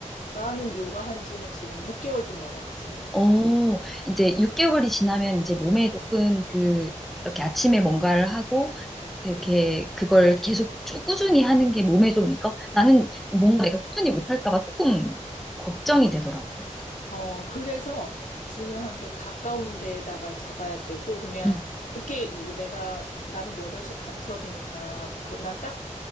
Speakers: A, on the left; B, in the centre.
A: 나는 요가 한 지는 지금 6개월 좀 넘었지.
B: 어, 이제 6개월이 지나면 이제 몸에 조금 그, 이렇게 아침에 뭔가를 하고, 이렇게 그걸 계속 쭉 꾸준히 하는 게 몸에 좀 익어? 나는 뭔가 내가 꾸준히 못할까 봐 조금 걱정이 되더라고.
A: 어, 그래서 중요한 게 가까운 데에다가 잡아야 되고, 그냥
B: 응,
A: 늦게, 뭐 내가, 나는 8시 반 수업이니까, 그, 난딱